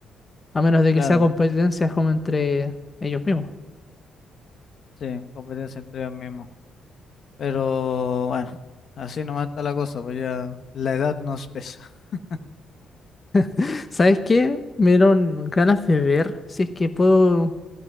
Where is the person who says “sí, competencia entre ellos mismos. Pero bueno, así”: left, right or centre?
Left